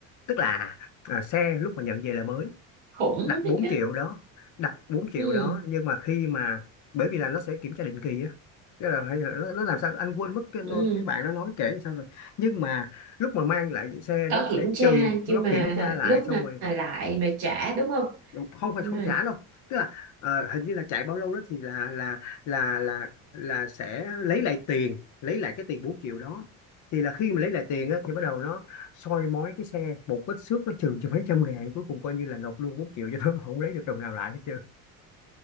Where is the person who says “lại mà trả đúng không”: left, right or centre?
Right